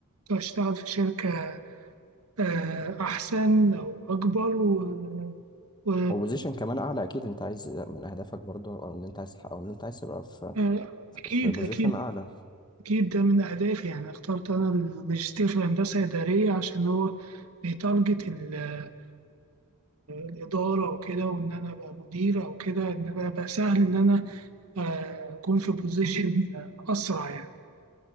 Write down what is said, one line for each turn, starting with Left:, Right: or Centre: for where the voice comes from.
Right: أشتغل في شركة آه، أحسن أو أكبر و... و...
Left: والبوزيشن كمان اعلى اكيد انت عايز من اهدافك برضه او ان انت عايز تحقق- او ان انت عايز تبقى في
Right: آه، أكيد
Left: في بوزيشن
Right: أكيد
Left: اعلى
Right: أكيد ده من أهدافي يعني اخترت أنا الماجستير في الهندسة إدارية عشان هو بيتارجت ال... ال... الإدارة وكده وإن أنا أبقى مدير أو كده إن أنا أبقى سهل إن أنا آه، أكون في بوزيشن أسرع يعني